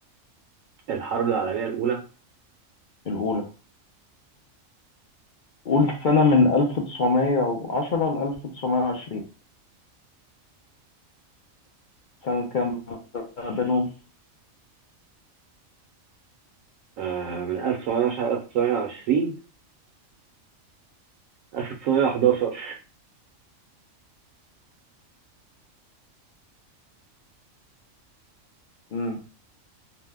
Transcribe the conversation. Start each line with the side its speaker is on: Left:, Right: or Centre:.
Right: الحرب العالمية الأولى
Left: الأولى قول سنة من 1910 ل 1920 سنة كام بينهم
Right: آه من 1910 1920 1911
Left: امم